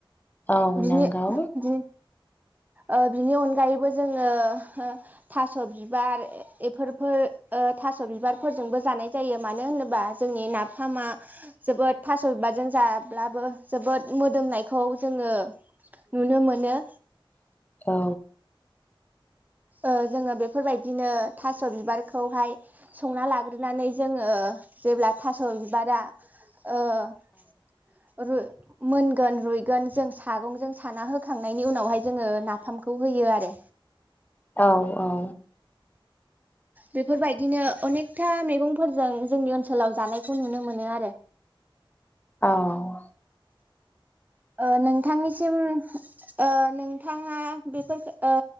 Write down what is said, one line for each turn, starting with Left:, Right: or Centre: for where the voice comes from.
Left: औ
Right: बिनि
Left: नंगौ
Right: बि ओ बिनि अनगायैबो जोंङो ओ थास बिबार इफोरफोर थास' बिबारफोरजोंबो जानाय जायो मानो होनोबा जोंनि नाफामा जोबोद थास' बिबारजों जाब्लाबो जोबोद मोदोमनायखौ जोङो नुनो मोनो।
Left: औ
Right: ओ जोंङो बेफोरबायदिनो थास' बिबारखौहाय संना लाग्रोनानै जोंङो जेब्ला थास' बिबारा ओ रु मोनगोन रुयगोन जों सागं जों साना होखांनायनि उनावहाय जोंङो नाफामखौ होयो आरो।
Left: औ औ
Right: बेफोरबायदिनो अनेकथा मेगंफोरजों जोंनि ओनसोलाव जानायखौ नुनो मोनो आरो।
Left: औ
Right: ओ नोंथांनिसिम ओ नोंथाङा बेफोरख ओ